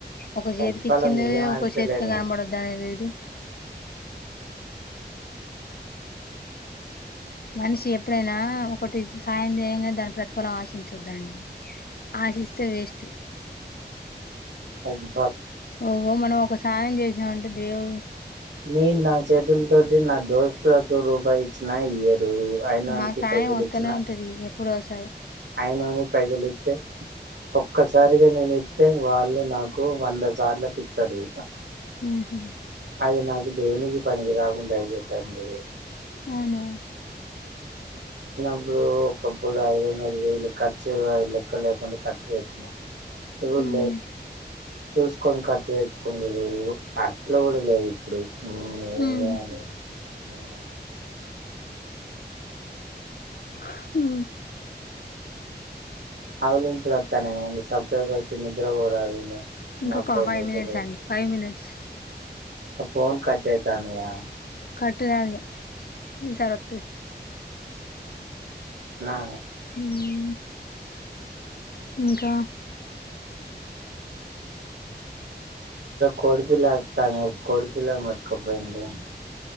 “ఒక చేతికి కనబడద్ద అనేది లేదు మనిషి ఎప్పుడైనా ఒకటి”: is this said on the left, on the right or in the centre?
Left